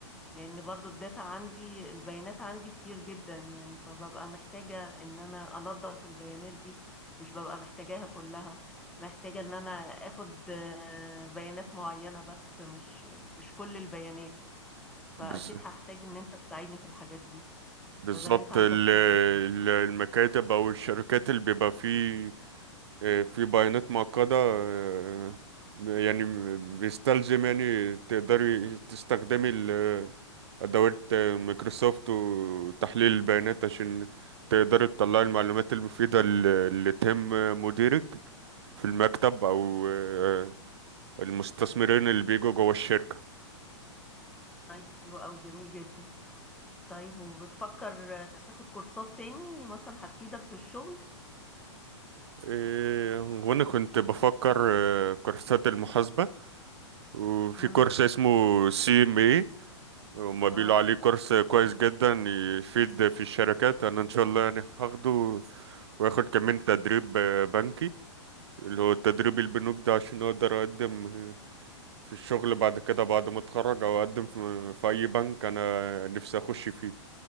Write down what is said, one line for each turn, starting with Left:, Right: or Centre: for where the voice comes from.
Centre: لان برضو الداتا عندي البيانات عندي كتير جدا يعني فببقى محتاجة ان انا انظف البيانات دي مش ببقى محتاجاها كلها محتاجة ان انا اخد آه، بيانات معينة بس مش مش كل البيانات فاكيد
Right: بز-
Centre: هحتاج ان انت تساعدني في الحاجات دي
Right: بالظبط
Centre: بدل انت عندك
Right: ال-
Centre: خبرة
Right: ال-
Centre: فيها
Right: المكاتب او الشركات اللي بيبقى فيه آه، في بيانات معقدة آه، آه، يعني بيستلزم يعني تقدري تستخدمي ال- آه، أدوات آه، مايكروسوفت وتحليل البيانات عشان تقدري تطلعي المعلومات المفيدة ال- اللي تهم مديرك في المكتب أو آه، المستثمرين اللي بيجوا جوا الشركة
Centre: طيب حلو قوي جميل جدا طيب وبتفكر آه، تاخد كورسات تاني مثلا هتفيدك في الشغل
Right: إيه، وأنا كنت بفكر آه، كورسات المحاسبة وفي
Centre: امم
Right: كورس اسمه سي ام إيه. هما بيقولوا
Centre: اه
Right: عليه كورس كويس جدا يفيد في الشركات انا ان شاء الله يعني هاخده واخد كمان تدريب آه، بنكي اللي هو التدريب البنوك ده عشان اقدر اقدم آه، في الشغل بعد كده بعد ما اتخرج او اقدم في, في اي بنك انا نفسي اخش فيه